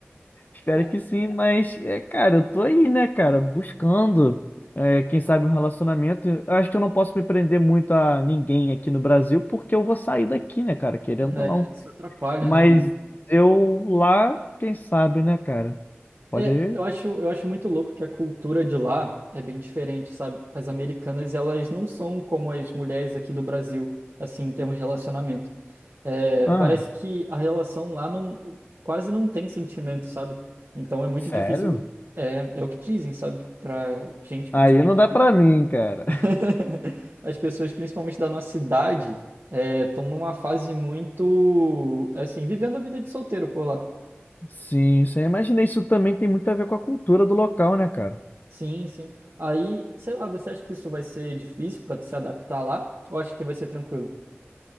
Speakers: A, on the left; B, on the right.
A: Espero
B: Ca-
A: que sim, mas, é, cara, eu tô aí, né, cara, buscando, é, quem sabe um relacionamento. Eu acho que eu não posso me prender muito a ninguém aqui no Brasil, porque eu vou sair daqui, né, cara, querendo
B: É,
A: ou não.
B: isso atrapalha,
A: Mas
B: né, mano?
A: eu lá, quem sabe, né, cara? Pode
B: É,
A: aí.
B: eu acho, eu acho muito louco que a cultura de lá é bem diferente, sabe? As americanas, elas não são como as mulheres aqui do Brasil, assim, em termos de relacionamento. É,
A: Ah,
B: parece que a relação lá não, quase não tem sentimento, sabe? Então é muito
A: sério?
B: difícil, é, é o que dizem, sabe? Pra gente, principalmente.
A: Aí não dá pra mim, cara.
B: <laughs> As pessoas, principalmente da nossa idade, estão numa fase muito, assim, vivendo a vida de solteiro por lá.
A: Sim, sim. eu Imaginei isso também tem muito a ver com a cultura do local, né, cara?
B: Sim, sim. Aí, sei lá, você acha que isso vai ser difícil pra tu se adaptar lá? Ou acha que vai ser tranquilo?